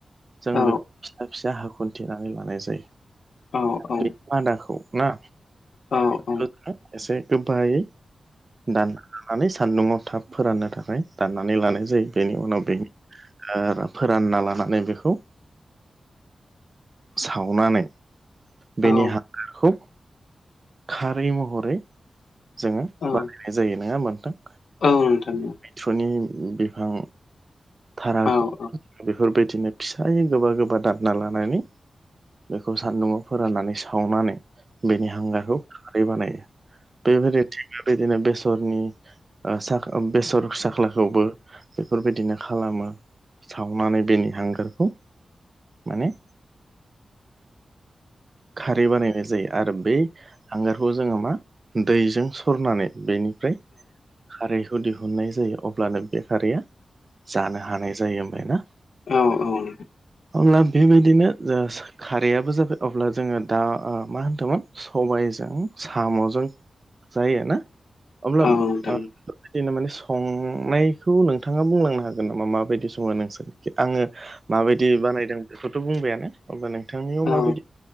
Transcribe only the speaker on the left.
औ
औ औ।
औ
औ
औ
औ
औ नोंथां औ
औ नोंथां
औ औ।
नोंथां
औ